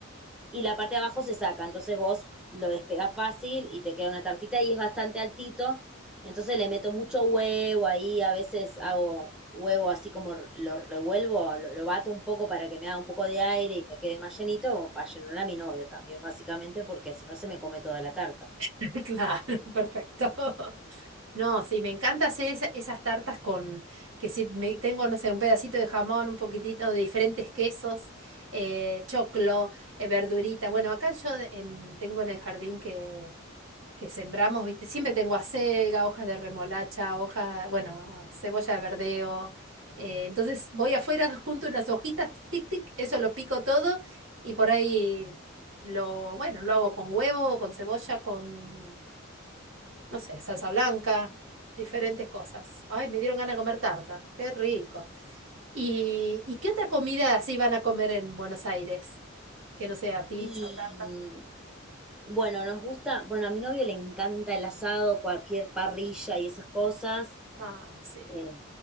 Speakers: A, in the centre; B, on the right (about 70°).
A: y la parte de abajo se saca. Entonces vos lo despegás fácil y te queda una tartita y es bastante altito. Entonces le meto mucho huevo ahí, a veces hago huevo así como lo revuelvo, lo, lo bato un poco para que me haga un poco de aire y me quede más llenito, o para llenar a mi novio también, básicamente, porque si no se me come toda la tarta.
B: <laughs> claro, perfecto. <laughs> No, sí, me encanta hacer esa- esas tartas con, que si me, tengo, no sé, un pedacito de jamón, un poquitito de diferentes quesos, eh, choclo, eh, verduritas. Bueno, acá yo en- tengo en el jardín que que sembramos, ¿viste? Siempre tengo acelga, hojas de remolacha, hojas, bueno, cebolla de verdeo. Eh, entonces voy afuera <laughs> junto unas hojitas, tic, tic, tic, eso lo pico todo y por ahí lo, bueno, lo hago con huevo, con cebolla, con, no sé, salsa blanca, diferentes cosas. Ay, me dieron ganas de comer tarta, qué rico. ¿Y, y qué otra comida así van a comer en Buenos Aires? Que no sea pizza
A: Y
B: o tarta.
A: mm, Bueno, nos gusta, bueno, a mi novio le encanta el asado, cualquier parrilla y esas cosas.
B: Ah, sí.
A: Eh,